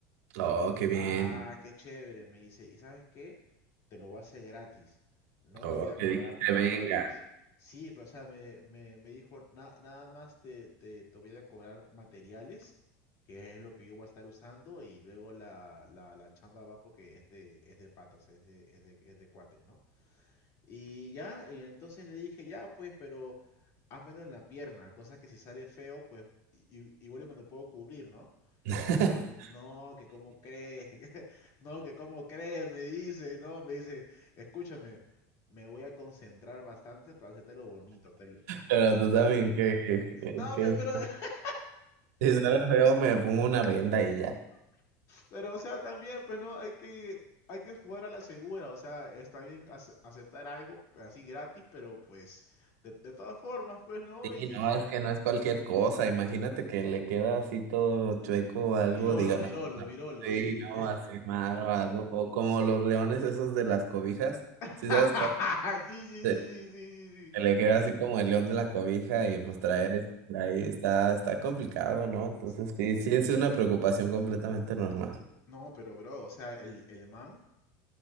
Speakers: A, on the right; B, on the left.
A: Oh, qué bien.
B: Ah, qué chévere, me dice. ¿Y sabes qué? Te lo voy a hacer gratis. No
A: Oh,
B: te voy a cobrar
A: que dijiste,
B: nada,
A: venga.
B: me dice. Sí, pero o sea, me, me, me dijo, "Na- nada más te, te, te voy a cobrar materiales, que es lo que yo voy a estar usando, y luego la, la, la chamba va porque es de, es de patas, es de, es de, es de cuates, ¿no? Y ya, y entonces le dije, ya, pues, pero házmelo en la pierna, cosa que si sale feo, pues i- igual y me lo puedo cubrir, ¿no?
A: <laughs>
B: Me dijo, no, que cómo crees, <laughs> no, que cómo crees, me dice, no, me dice, escúchame, me voy a concentrar bastante para hacerte lo bonito. te lo-".
A: Pero tú también que, que-
B: No,
A: que-
B: pe- pero, <laughs>
A: si sale feo me pongo una venda y ya.
B: pero, o sea, también, pues no, hay que, hay que jugar a la segura, o sea, está bien ace- aceptar algo así gratis, pero pues, de, de todas formas, pues no,
A: Sí,
B: y...
A: no, es que no es cualquier cosa. Imagínate que le queda así todo chueco o algo,
B: Virolo,
A: diga,
B: Virolo,
A: no, no,
B: Virolo,
A: sí,
B: sí.
A: no, así mal o algo. O como los leones esos de las cobijas,
B: <laughs>
A: ¿sí sabes cuál?
B: sí, sí, sí, sí,
A: Sí,
B: sí, sí,
A: Que le queda así como el león de la cobija y pues traer eso ahí está, está complicado, ¿no? Entonces
B: sí.
A: sí, sí es una preocupación completamente normal.
B: No, pero bro, o sea, el, el man